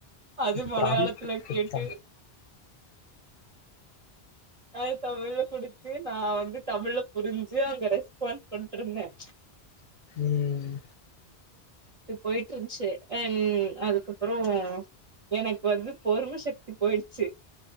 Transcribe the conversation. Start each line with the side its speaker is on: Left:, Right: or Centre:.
Right: அது மலையாளத்
Left: ப்ராம்ப்ட்
Right: ல
Left: குடுத்தா
Right: கேட்டு அது தமிழ்ல குடுத்து நான் வந்து தமிழ்ல புரிஞ்சு அங்க ரெஸ்பான்ஸ் பண்ட்ருந்தேன்
Left: ம்
Right: இ போயிட்டு இருச்சு அ அதுக்கப்புறோ எனக்கு வந்து பொரும சக்தி போயிடுச்சு